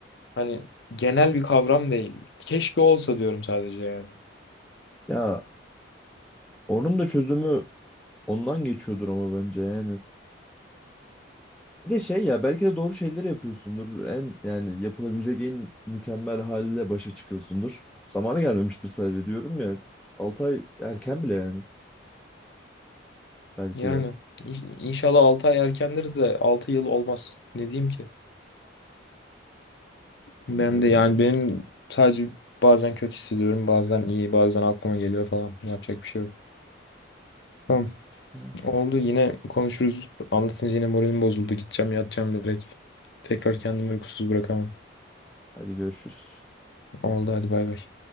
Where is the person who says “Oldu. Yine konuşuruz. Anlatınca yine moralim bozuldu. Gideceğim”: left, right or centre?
Left